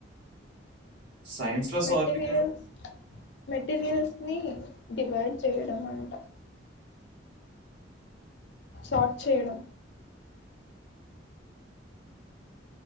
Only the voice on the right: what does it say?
సైన్స్ లో
సార్టింగ్ కూడా